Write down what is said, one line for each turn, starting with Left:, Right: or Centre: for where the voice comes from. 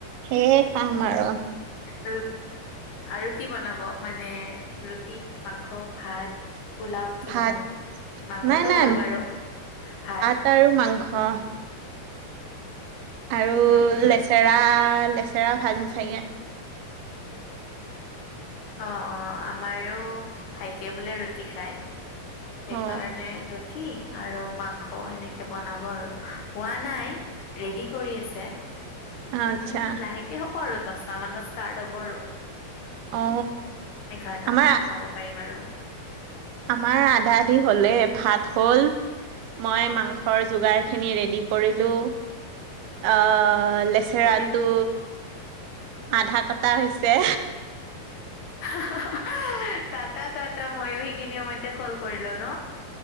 Right: সেই কাম আৰু।
Left: ৰু আৰু কি বনাব মানে ৰুটি, মাংস, ভাত? পোলাও কি
Right: ভাত
Left: বনাব? মাংসটো
Right: নাই নাই
Left: হ'ল বাৰু। ভাত
Right: আৰু মাংস। আৰু
Left: উম হম
Right: লেচৰা লেচৰা ভাজিম চাগে।
Left: অ অ আমাৰো ভাইটিয়ে বোলে ৰুটি খাই। সেইকাৰণে
Right: অ
Left: ৰু কি? আৰু মাংস এনেকে বনাব আৰু। হোৱা নাই, ৰেডি কৰি আছে।
Right: আচ্ছা
Left: উম লাহেকে হ'ব আৰু দহটা মানত ষ্টাৰ্ট হ'ব আৰু।
Right: অ
Left: এঘাৰটা
Right: আমাৰ
Left: মানত খাব পাৰিম আৰু।
Right: আমাৰ আধা আধি হ'লে, ভাত হ'ল। মই মাংসৰ যোগাৰ খিনি ৰেডি কৰিলো। অ চেৰাটো
Left: কোনে
Right: আধা কাটা হৈছে।
Left: হাহ হাহ হাহ, কাটা কাটা ময়ো সেইখিনি সমময়তে কল কৰিলো ন?